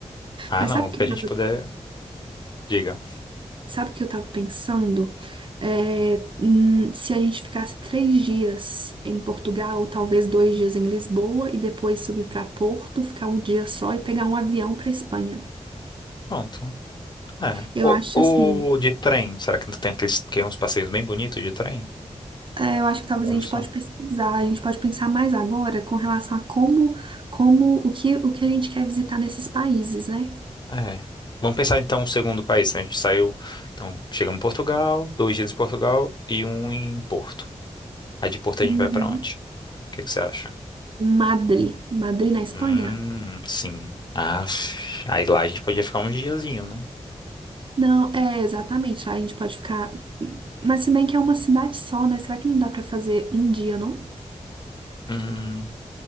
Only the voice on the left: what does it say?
Ah,
não,
o
que a
gente puder,
diga.
Pronto. É.
O,
o de trem, será que não tem aqueles que é uns passeios bem bonitos de trem?
Ou
não
são?
É. Vamos pensar então um segundo país, né? A gente saiu, então chegamos em Portugal, dois dias em Portugal e um em Porto. Aí de Porto
a gente vai pra onde? O que que você acha?
Hum, sim. Ah, aí lá a gente podia ficar uns diazinho, né?
Hum,